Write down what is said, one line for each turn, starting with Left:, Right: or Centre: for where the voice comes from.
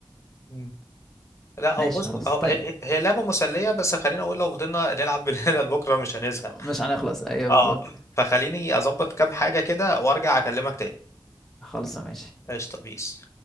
Left: مم. لا
Centre: ماشي
Left: هو بص
Centre: خلاص
Left: هو
Centre: طيب
Left: هي, هي هي لعبه مسليه بس خليني اقول لو فضلنا نلعب <laughs> من هنا لبكره مش هنزهق
Centre: مش هنخلص ايوه بالظبط
Left: اه فخليني اظبط كام حاجه كده وارجع اكلمك تاني
Centre: خلص ماشي
Left: قشطه بيس